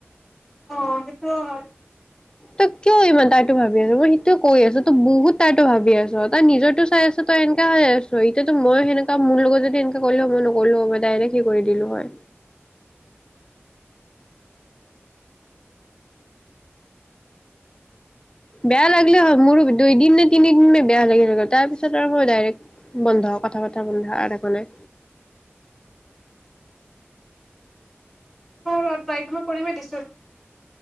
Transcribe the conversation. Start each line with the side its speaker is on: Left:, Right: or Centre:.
Centre: অ সেইটো হয়
Left: তই কিয় ইমান তাৰতো ভাবি আছো মই সেইটোোৱে কৈ আছো তই বহুত তাৰো ভাবি আছ তাৰ নিজৰটো চাই আছে তই এনেকা হৈ আছ এতিয়া মই সেনেকা মোৰ লগত যদি সেনেকা কৰলে মই নকলো মই ডাইৰেক্ট কই দিলো হয় বেয়া লাগিলে হল মোৰো দুইদিন নে তিনিদিন বেয়া লাগিলে গল তাৰ পিছত আৰু মই ডাইৰেক্ট বন্ধ কথা পতা বন্ধা আৰু একোনাই
Centre: অ পাই পিনে কৰি দিছো।